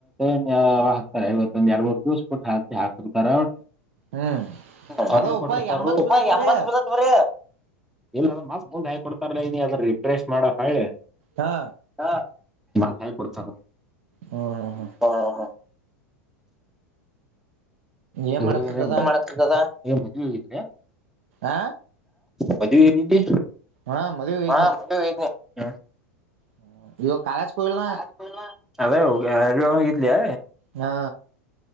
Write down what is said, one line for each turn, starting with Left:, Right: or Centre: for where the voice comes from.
Centre: ಇನ್ನ ಯಾವಾಗ ಹಾಕ್ತಾರ ಯಾರೀಗೊತ್ತು ಒಂದ್ ಎರಡ್ ಮೂರ್ ದಿವಸ ಬಿಟ್ಟ ಹಕ್ತಿ ಹಾಕಿರ್ತಾರ
Right: ಹ್ಮ್
Centre: <unintelligible>
Right: ಅದ ಉಪ ಎಂಬತ್ ಬಿದತ್ ಬರೀ
Centre: ಎಂಬತ್ ಬಿದ್ದತ್ ಬರೆ ಇಲ್ಲ ಅದ್ರ ಮತ್ ಮುಂದ್ ಹಾಕ್ ಕೊಡ್ತಾರಲ್ಲೆ ಇಗ್ನಿ ಅದ್ರ ರಿಫ್ರೆಶ್ ಮಾಡ ಹೊಳ್ಳೆ
Right: ಹಾ
Centre: ಹಾ ಮತ್ ಹಾಕಿ ಕೊಡ್ತಾರ
Right: ಹ್ಮ್ ಹ್ಮ್ ಹ್ಮ್
Centre: ಹಾ ಹಾ ಹಾ <unintelligible>
Right: ಏನ್ ಮಾಡತ್ತದದ ಆ
Centre: ಮದುವಿ ಹೋಗಿದ್ದಿ
Right: ಹಾ ಮದುವಿಗ್
Centre: ಹಾ
Right: ಹೋಗಿದ್ನೀ
Centre: ಮದುವೆ ಇದ್ನಿ ಹ್ಮ್.
Right: ಹ್ಮ ಇವ ಕಾಲೇಜ್ಕ್ ಹೋಗಿಲ್ಲ್ನಾ
Centre: ಕಾಲೇಜ್ ಹೋಗಿಲ್ಲ ಅದೇ ಹೋಗ ಅರ ಹೋಗಿದ್ಲ್ಯಾ
Right: ಹಾ